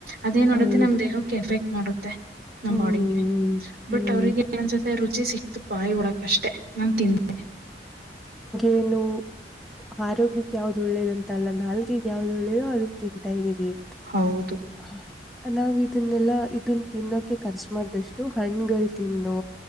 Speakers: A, on the right; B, in the centre.
A: ಅ. ಎನ್ ಮಾಡುತ್ತೆ
B: ಹೌದು
A: ನಮ್ ದೇಹಕ್ಕೆ ಎಫೆಕ್ಟ್ ಮಾಡುತ್ತೆ ನಮ್
B: ಹ್ಮ್
A: ಬಾಡಿಗೆ
B: ಹ್ಮ್
A: ಬಟ್ ಅವ್ರರಿಗೆ ಪೂಜೆ ಸಿಕ್ತು ಬಾಯಿ ಹೊರಕ್ಕೆ ನಾನ್ ತಿಂದೆ.
B: ಏನು ಆರೋಗ್ಯಕ್ಕೆ ಯಾವ್ದ ಒಳ್ಳೇದ ಅಂತ ಅಲ್ಲ ನಾಲ್ಗೆಗೆ ಯಾವ್ದ ಒಳ್ಳೇದು ಅದನ್ನ ತಿಂತಾ ಇದೀನಿ. <inaudible>
A: ಹೌದು
B: ನಾವವು ಇದನ್ನೆಲ್ಲಾ ಇದನ್ನ ತಿನ್ನೋಕೆ ಖರ್ಚು ಮಾಡ್ದಷ್ಟು ಹಣ್ಗಳು ತಿನ್ನು